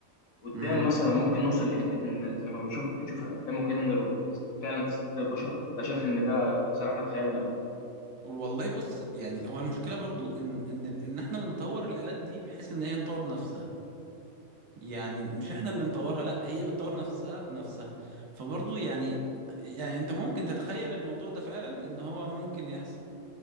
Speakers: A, on the left (about 70°); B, on the right (about 65°).
A: قدام
B: امم
A: مثلا ممكن نوصل لحته ان زي ما بنشوف بنشوف الافلام وكده ان الروبوتات تست- فعلا تستبدل البشر ولا شايف ان ده سرحنا في خيالنا قوي
B: والله بص يعني هو المشكلة برضو ان ان ال- ان احنا بنطور الآلات دي بحيث ان هي تطور نفسها يعني مش احنا اللي نطورها لا هي بتطور نفسها بنفسها فبرضو يعني يعني انت ممكن تتخيل الموضوع ده فعلا ان هو ممكن يحصل